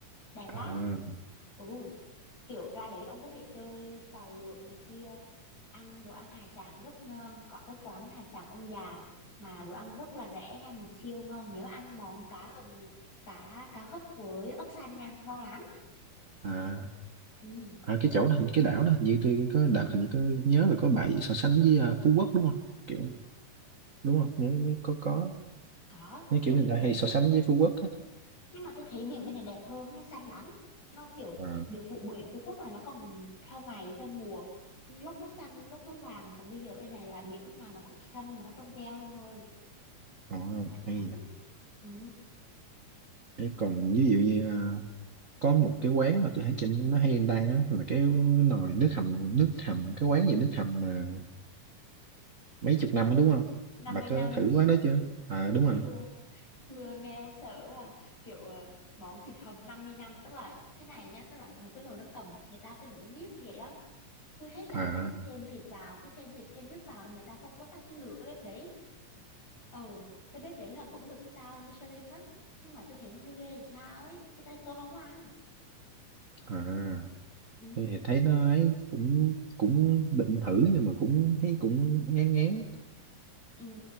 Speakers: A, on the left; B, on the right.
A: đẹp lắm
B: à,
A: ừ kiểu ra đấy ông có thể chơi tàu lượn này kia ăn đồ ăn hải sản rất ngon có cái quán hải sản ông già mà đồ ăn rất là rẻ nha mà siêu ngon nhớ ăn món cá hầm cá cá hấp với ớt xanh nha ngon lắm
B: à,
A: ừ
B: à cái chỗ đó hình- cái đảo đó hình như tôi có đợt hình như có nhớ là có bài gì so sánh với à, Phú Quốc đúng không kiểu đúng
A: Ờ,
B: không nhớ, nhớ có có
A: có
B: nó
A: kiểu
B: kiểu người
A: như
B: ta
A: thế
B: hay so sánh với Phú Quốc á
A: nhưng mà tôi thấy biển bên này đẹp hơn nó xanh lắm nó kiểu
B: Ờ,
A: biển phụ biển Phú Quốc là nó còn theo ngày theo mùa lúc nó xanh lúc nó vàng còn bây giờ bên này là biển lúc nào nó cũng xanh mà nó trong veo luôn ơi
B: ờ,
A: đẹp lắm
B: hay vậy.
A: ừ.
B: Thế còn ví dụ như à, có một cái quán mà tôi thấy trên nó hay đăng á là cái nồi nước hầm nước hầm cái quán gì nước hầm mà mấy chục năm á đúng không?
A: năm
B: Bà
A: mươi năm
B: có thử quán đó chưa? À đúng rồi.
A: chưa chưa nghe bác sợ quá à. kiểu ờ, món thịt hầm 50 năm tức là thế này nhá tức là một cái nồi nước hầm người ta cứ nấu miết vậy đó cứ hết là
B: À
A: người ta cứ thêm thịt vào cứ thêm thịt thêm nước vào người ta không có tắt cái lửa cái bếp đấy ồ cái bếp đấy là cũng được sao Michelin đó nhưng mà tôi thấy nó hơi ghê làm sao ấy cái tay tôi không có ăn
B: à
A: ừ.
B: tôi thì thấy nó ấy cũng cũng định thử nhưng mà cũng thấy cũng ngán ngán
A: ừ